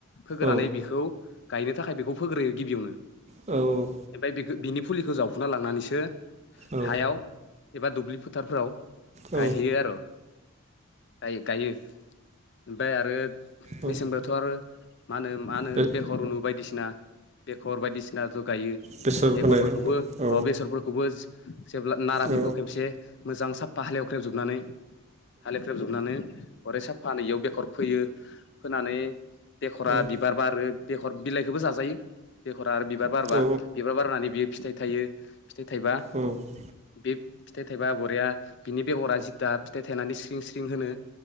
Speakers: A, on the left; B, on the right.
A: फोग्रोनानै
B: औ
A: बिखौ गायनो थाखाय बेखौ फोग्रोयो गिबियावनो।
B: औ
A: ओमफाय बेखौ बिनि फुलिखौ जावफुना लांनानैसो
B: औ
A: हायाव एबा दुब्लि फोथारफोराव
B: औ
A: गायहैयो आर गायो गायो ओमफाय आरो
B: औ
A: मेसेंबाथ आरो मा होनो मा होनो
B: बे
A: बेखर उनु बायदिसिना बेखर बायदिसिना ब्लाबो गायो
B: बेसर
A: बेखरफोरखौबो
B: फोनाय औ
A: अ
B: औ
A: बेसरफोरखौबो जेब्ला नाराफोरखौ
B: औ
A: खेबसे मोजां साफा हालेवख्रेब जोबनानै हालेख्रेब जोबनानै बरिया साफानो इयाव बेखर फोयो फोनानै बेखरा
B: औ
A: बिबार बारो बेखर बिलाइखोबो जाजायो बेखरा आरो बिबार बारबा
B: औ
A: बिबार बारनानै बियो फिथाइ थायो फिथाइ थाइबा
B: औ
A: बे फिथाइ थाइबा बरिया बिनि बेगरा जिथा फिथाइ थायनानै स्रिं स्रिं होनो